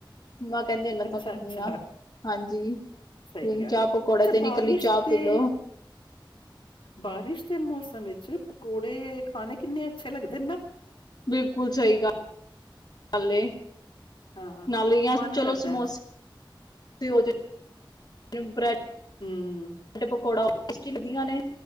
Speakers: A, on the left; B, on the left.
A: ਮਾ ਕੈਂਦੇ ਹੁਨ ਮੈਂ
B: ਅੱਛਾ-ਅੱਛਾ
A: ਥੱਕ ਗਈਆਂ, ਹਾਂਜੀ।
B: ਸਹੀ
A: ਹੁਨ
B: ਗੱਲ
A: ਚਾਹ-ਪਕੌੜ
B: ਏ। ਅੱਛਾ
A: ਤੇ ਨੀ
B: ਬਾਰਿਸ਼
A: ਕੱਲੀ ਚਾਹ
B: ਤੇ
A: ਪੀ ਲੋ।
B: ਬਾਰਿਸ਼ ਦੇ ਮੌਸਮ ਏਚ ਪਕੌੜੇ ਖਾਣੇ ਕਿੰਨੇ ਅੱਛੇ ਲੱਗਦੇ ਨਾ।
A: ਬਿਲਕੁਲ, ਸਈ ਗੱਲ ਏ।
B: ਹਾਂ,
A: ਨਾਲ ਯਾ
B: ਮਨ
A: ਚਲੋ
B: ਕਰਦਾ
A: ਸਮੋਸੇ
B: ਹੈ।
A: <unintelligible> ਬਰੈਡ
B: ਹੁੰ।
A: ਬਰੈਡ ਪਕੌੜਾ ਟੇਸਟੀ ਲੱਗੀਆਂ ਨੇ